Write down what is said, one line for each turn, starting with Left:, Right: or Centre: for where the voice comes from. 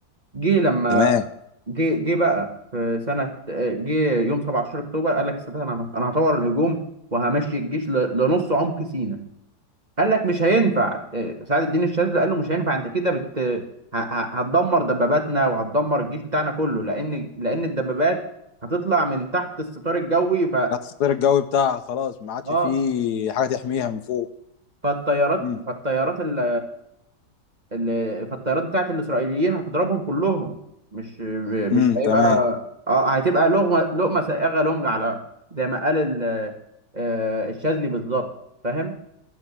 Right: جه لما
Left: تمام
Right: جه جه بقى في سنه آه، جه يوم 17 اكتوبر قال لك السادات انا انا هطور الهجوم وهمشي الجيش ل- لنص عمق سيناء قال لك مش هينفع آه، سعد الدين الشاذلي قال له مش هينفع انت كده بت ه- ه- هتدمر دباباتنا وهتدمر الجيش بتاعنا كله لان لان الدبابات هتطلع من تحت الستار الجوي ف
Left: الستار الجوي بتاعها خلاص ما عادش
Right: اه
Left: فيه حاجه تحميها من فوق
Right: فالطيارات
Left: امم
Right: فالطيارات ال- ال- فالطيارات بتاعت الإسرائيليين هتضربهم كلهم مش
Left: امم
Right: مش
Left: تمام
Right: هيبقى اه هتبقى لقمة لقمة سائغة لهم على زي ما قال ال- آه، الشاذلي بالظبط فاهم